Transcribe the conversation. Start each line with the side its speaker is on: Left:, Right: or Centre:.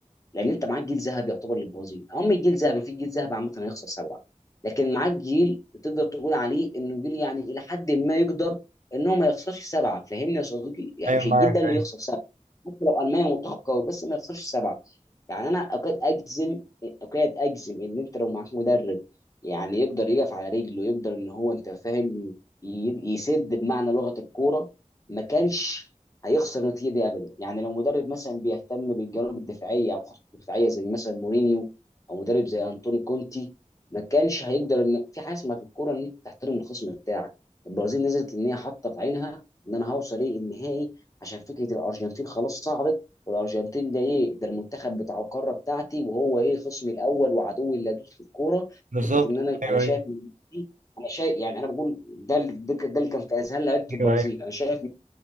Left: لان انت معاك جيل ذهبي يعتبر للبرازيل هم الجيل ذهبي في جيل ذهبي عامه هيخسر سبعه لكن معاك جيل تقدر تقول عليه انه جيل يعني الى حد ما يقدر ان هو ما يخسرش سبعه فاهمني يا صديقي؟ يعني
Right: ايوه
Left: مش
Right: معاك
Left: الجيل ده اللي
Right: ايوه
Left: يخسر سبعه حتى لو المانيا منتخب قوي بس ما يخسرش سبعه يعني انا اوقات اجزم اوقات اجزم ان انت لو معاك مدرب يعني يقدر يقف على رجله يقدر ان هو انت فاهم ي- يسد بمعنى لغه الكوره، ما كانش هيخسر النتيجه دي ابدا يعني لو مدرب مثلا بيهتم بالجوانب الدفاعيه او خطوط الدفاعيه زي مثلا مورينيو او مدرب زي انطوني كونتي ما كانش هيقدر ان في حاجه اسمها في الكوره ان انت تحترم الخصم بتاعك البرازيل نزلت ان هي حاطه في عينها ان انا هوصل ايه النهائي عشان فكره الارجنتين خلاص صعدت والارجنتين ده ايه ده المنتخب بتاع القاره بتاعتي وهو ايه خصمي الاول وعدوي اللدود في الكوره
Right: بالظبط
Left: فكره ان انا
Right: ايوه
Left: انا شايف إن دي- انا شايف يعني انا بقول ده ده ده اللي كان في اذهان لعيبه
Right: ايوه
Left: البرازيل
Right: ايوه ايوه
Left: انا شايف